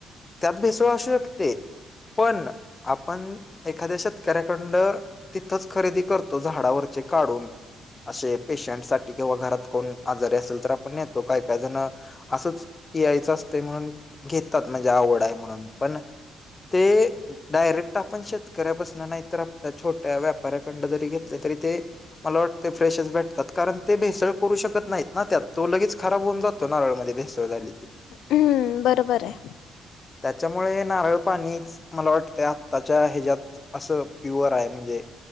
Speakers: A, on the left; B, on the left.
A: त्यात भेसळ असू शकते पण आपण एखाद्या शेतकऱ्याकंड तिथंच खरेदी करतो झाडावरचे काढून असे पेशंटसाठीठी किंवा घरात कोण आजारी असेल तर आपण येतो काय काय जण असंच पियायचं असत म्हणून घेतात म्हणजे आवड आहे म्हणून पण- ते- डायरेक्ट आपण शेतकऱ्यापासन नाही तर आपल्या छोट्या व्यापाऱ्याकडन जरी घेतले तरी ते- मला वाटत फ्रेशच भेटतात. कारण ते भेसळ करू शकत नाहीत ना त्यात. तो लगेच- खराब होऊन जातो. नारळमध्ये भेसळ झाली की.
B: हम्म. बरोबर आहे.
A: त्याच्यामुळे नारळ पाणीच मला वाटत- त्याच्या ह्याच्यात असं प्युअर आहे. म्हणजे